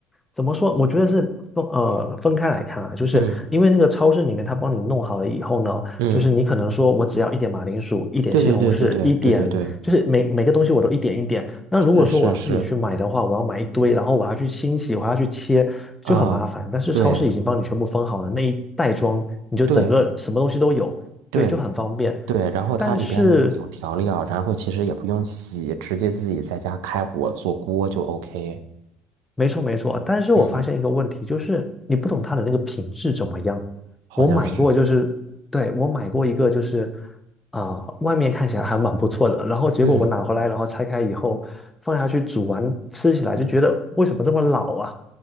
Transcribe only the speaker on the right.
嗯嗯，
对对对对对对对对，
是是是，
啊、
对
对对，
对，然后它里边有调料，
然后其实也不用洗，直接自己在家开火做锅就 OK。
嗯，
好像是。
嗯